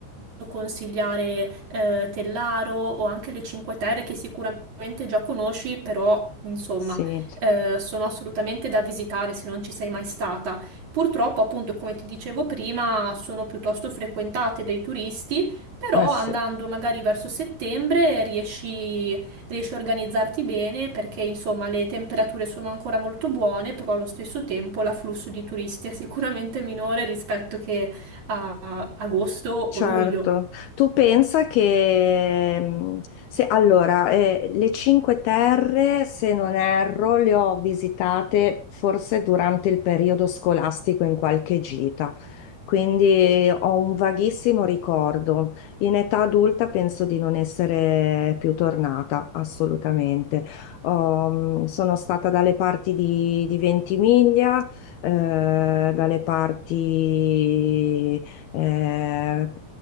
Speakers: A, on the right; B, on the left.
A: consigliare eh, Tellaro o anche le Cinque Terre che sicuramente già conosci, però insomma
B: sì.
A: eh, sono assolutamente da visitare se non ci sei mai stata. Purtroppo, appunto, come ti dicevo prima, sono piuttosto frequentate dai turisti, però
B: Eh, sì.
A: andando magari verso settembre riesci, riesci a organizzarti bene perché insomma le temperature sono ancora molto buone, però allo stesso tempo l'afflusso di turisti è sicuramente minore rispetto che a agosto
B: Certo,
A: o luglio.
B: tu pensa che mh, se, allora, eh, le Cinque Terre, se non erro, le ho visitate forse durante il periodo scolastico in qualche gita, quindi ho un vaghissimo ricordo. In età adulta penso di non essere più tornata, assolutamente. Ho, mh, sono stata dalle parti di, di Ventimiglia, eh, dalle parti eh,